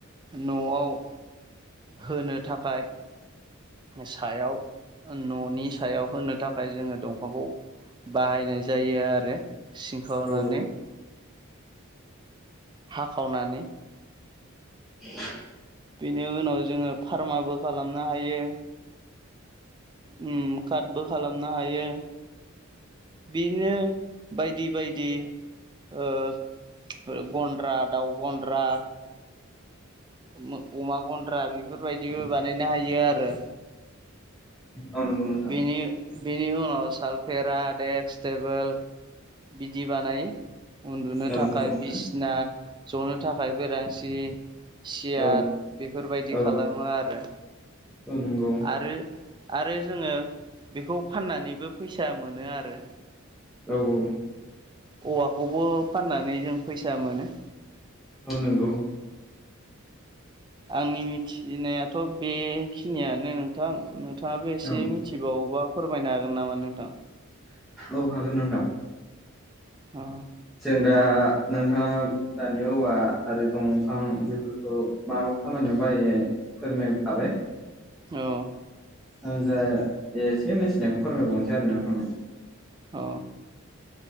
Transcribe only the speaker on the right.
न'आव होनो थाखाय सायाव न'नि ओ सायाव होनो थाखाय जोङो दंफांखौ बाहायनाय जायो आरो सिंखावनानै।
हाखावनानै
बिनि उनाव जोङो फार्माबो खालामनो हायो। उम कादबो खाला मनो हायो। बिदिनो बायदि बायदि ओ ओ गनद्रा दाउ गनद्रा मो अमा गनद्रा बेफोरबायदिबो बानायनो हायो आरो।
बेनि बेनि उनाव सालफेरा, डेक्स, टेबोल बिदि बानायो। उनदुनो
थाखाय
बिसना, जनो थाखाय बेरांसि सियार
बेफोरबायदि
खालामो आरो।
आरो आरो जोङो बेखौ फाननानैबो फैसा मोनो आरो।
औवाखौबो फाननानै जों फैसा मोनो।
आंनि मिथिनायाथ' बेखिनियानो नोंथां नो थाङाबो एसे
मिथिबावोबा फोरमायनो हागोन नामा नोंथां।
अ‌
औ
औ